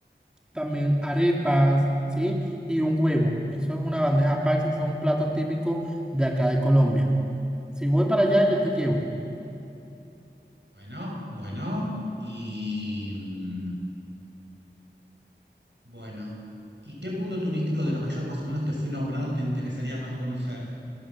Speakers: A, in the centre; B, on the right.
A: también arepas, ¿sí? Y un huevo. Eso es una bandeja paisa, eso es un plato típico de acá de Colombia. Si voy para allá, yo te llevo.
B: Bueno, bueno, y mm, bueno. ¿Y qué punto turístico de los que yo más o menos te fui nombrando te interesaría más conocer?